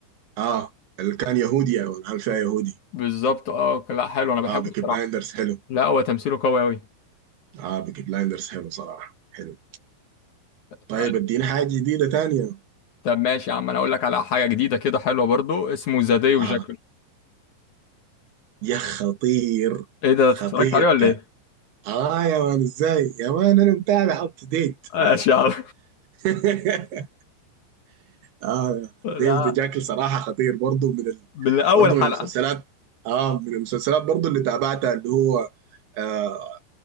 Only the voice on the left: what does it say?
بالظبط اه لا حلو انا بحبه
الصراحه
لا هو تمثيله قوي قوي
آه،
طب ماشي يا عم انا اقول لك على حاجه جديده كده حلوه برضو اسمه ذا داي وجاكل
ايه ده
اتفرجت عليه
ولا ايه
ماشي يا عم
<laughs> لا
بالاول
حلقه